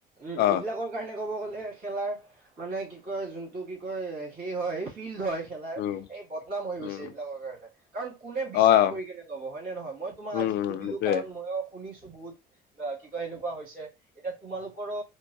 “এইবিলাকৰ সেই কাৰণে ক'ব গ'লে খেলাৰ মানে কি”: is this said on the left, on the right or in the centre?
Right